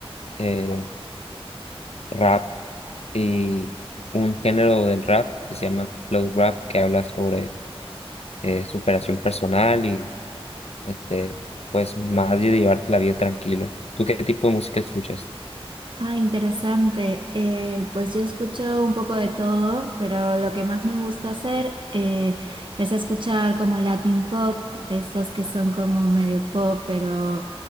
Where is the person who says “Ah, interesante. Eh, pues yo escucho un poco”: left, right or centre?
Right